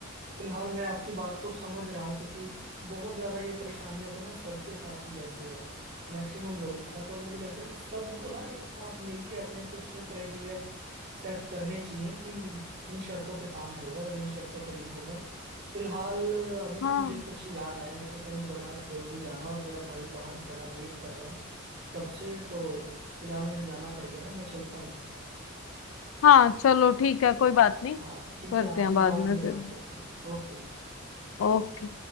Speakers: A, on the right; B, on the left.
A: फिलहाल मैं आपकी बात को समझ रहा हूँ क्योंकि बहुत ज्यादा ये परेशानियां तो ना सबके साथ ही ऐसे है मैक्सिमम लोगों के साथ और मुझे लगता है कि सबको ना एक साथ मिलके अपने कुछ क्राइटेरिया सेट करने चाहिए कि इन शर्तों पे काम होगा और इन शर्तों पे नहीं होगा फिलहाल अभी ना
B: हाँ
A: मुझे कुछ याद आया मेरे को कहीं बड़ा जरूरी जाना और मेरा भाई बाहर खड़ा वेट कर रहा है कब से तो फिलहाल मुझे जाना पड़ेगा ना मैं चलता हूँ
B: हाँ चलो ठीक है कोई बात नहीं
A: हाँ ठीक
B: करते
A: है आपसे
B: हैं बाद
A: बाद
B: में
A: में
B: फिर
A: बात करते हैं ओके जी
B: ओके